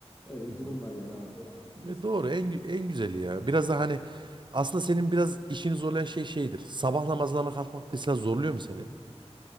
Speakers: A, on the left (about 20°); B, on the right (about 45°).
A: Öyle
B: Hı hı.
A: durum var yani abi, öyle anlattım ben
B: E,
A: sana.
B: doğru en gü- en güzeli ya. Biraz da hani aslında senin biraz işini zorlayan şey şeydir. Sabah namazlarına kalkmak mesela zorluyor mu seni?